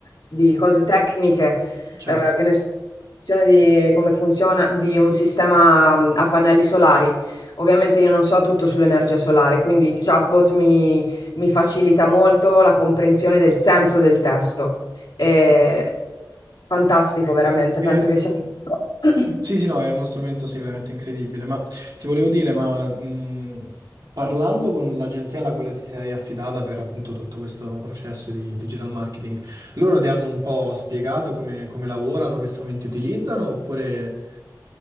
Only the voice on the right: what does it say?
certo.
certo.
Eh,
Ehm,
sì, sì, no, è uno strumento sì, veramente incredibile, ma ti volevo dire, ma mh, parlando con l'agenzia alla quale ti sei affidata per appunto tutto questo processo di digital marketing, loro ti hanno un po' spiegato come, come lavorano, che strumenti utilizzano, oppure